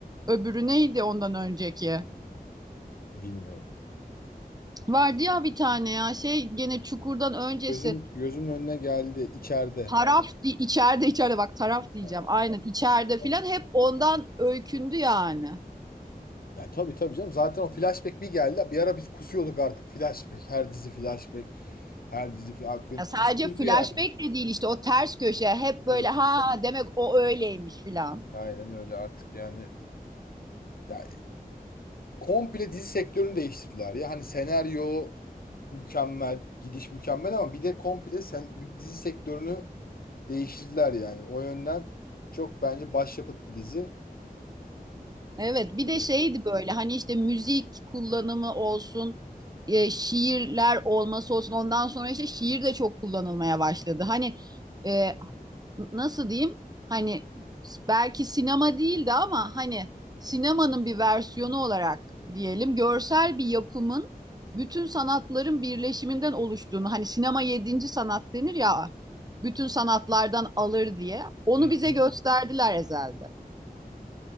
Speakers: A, on the right; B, on the left.
A: öbürü neydi ondan önceki?
B: Bilmiyorum.
A: Vardı ya bir tane ya şey gene Çukur'dan öncesi
B: Gözüm gözümün önüne geldi içeride.
A: Taraf di- içeride içeride bak taraf diyeceğim.
B: Ya,
A: Aynen içeride filan
B: yani-
A: hep ondan öykündü yani.
B: ya tabii tabii canım. Zaten o flashback bir geldi. Bir ara biz kusuyorduk artık flashback. Her dizi flashback. Her dizi flashback.
A: Ya sadece
B: Kusturdu
A: flashback
B: yani.
A: de değil işte o ters köşe hep böyle
B: Evet.
A: ha demek o öyleymiş filan.
B: Aynen öyle artık yani. Ya, komple dizi sektörünü değiştirdiler ya. Hani senaryo mükemmel, gidiş mükemmel ama bir de komple sen, bir dizi sektörünü değiştirdiler yani. O yönden çok bence başyapıt bir dizi.
A: Evet bir
B: Ee,
A: de şeydi böyle hani işte müzik kullanımı olsun e, şiirler olması olsun ondan sonra işte şiir de çok kullanılmaya başladı. Hani e, nasıl diyeyim hani belki sinema değildi ama hani sinemanın bir versiyonu olarak diyelim görsel bir yapımın bütün sanatların birleşiminden oluştuğunu hani sinema yedinci sanat denir ya bütün sanatlardan alır diye onu
B: Hı hı.
A: bize gösterdiler Ezel'de.